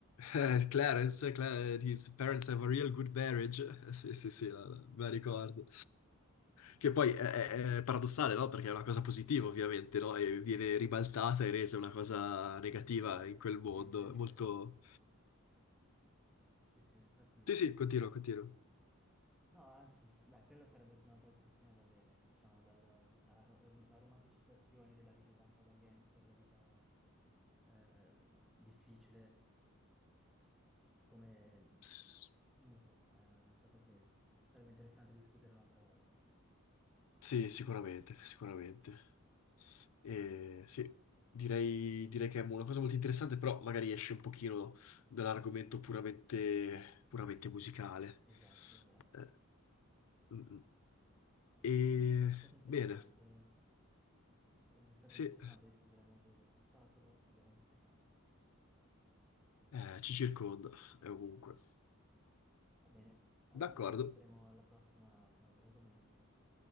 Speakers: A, in the centre; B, on the left.
A: Sì.
B: Eh, Clarence, Cla- his parents
A: Sì.
B: have a real good marriage. Eh, Sì,
A: <laughs>
B: sì, sì, la- la- me la ricordo. Che poi è, è- è paradossale, no? Perché è una cosa positiva, ovviamente, no? E viene ribaltata e resa una cosa negativa
A: Sì,
B: in quel
A: sì,
B: mondo.
A: è incredibile.
B: È molto...
A: Sì, sì, infatti...
B: Sì, sì, continuo, continuo.
A: No, anzi, s- beh, quella sarebbe stata un'altra discussione da avere, diciamo, dal- dalla ro- la romanticizzazione della vita da un po' da gangster, la vita eh, difficile, come...
B: Pss,
A: non lo so, è una cosa che sarebbe interessante discutere un'altra volta.
B: Sì, sicuramente, sicuramente. E sì, direi, direi che è una cosa molto interessante, però magari esce un pochino dall'argomento puramente, puramente musicale.
A: Esatto, esatto.
B: Eh, mm, mm. E
A: Ah, beh, è stato interessante.
B: bene,
A: Ed è stato
B: sì,
A: interessante discutere il mondo dello spettacolo e della musica.
B: eh, ci circonda, è ovunque.
A: Va bene, allora
B: D'accordo,
A: discuteremo alla prossima di un altro argomento.